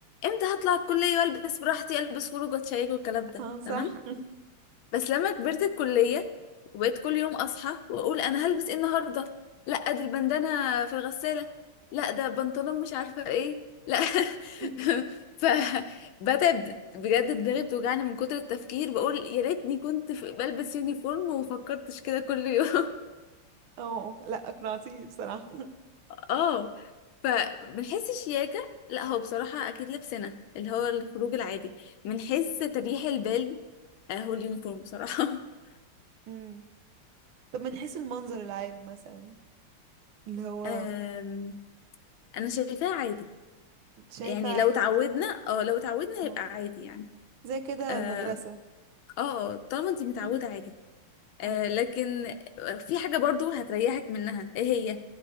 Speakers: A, on the left (about 75°); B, on the right (about 75°).
A: امتى هطلع الكليه والبس براحتي البس خروج واتشيك والكلام ده
B: اه صح
A: تمام بس لما كبرت الكليه وبقيت كل يوم اصحى واقول انا هلبس ايه النهارده لا دي البندانه في الغساله لا ده بنطلون مش عارفه ايه لا
B: <laughs>
A: <laughs> ف بدأت بجد دماغي بتوجعني من كتر التفكير بقول يا ريتني كنت في- بلبس يونيفورم وفكرتش كده كل يوم
B: اه لا اقنعتيني بصراحة
A: اه فبنحس الشياكة لا هو بصراحة أكيد لبسنا اللي هو الخروج العادي بنحس تريح البال آه، هو اليونيفورم بصراحة <laughs>
B: مم. طب من حيث المنظر العام مثلا اللي هو
A: آم، أنا شايفاه عادي
B: شايفة
A: يعني
B: عيد
A: لو اتعودنا اه لو اتعودنا
B: اه
A: يبقى عادي يعني
B: زي كده
A: اه
B: المدرسة
A: اه آه، طالما انت متعودة
B: مهم.
A: عادي آه
B: ايوه
A: لكن في حاجة برضو هتريحك منها ايه هي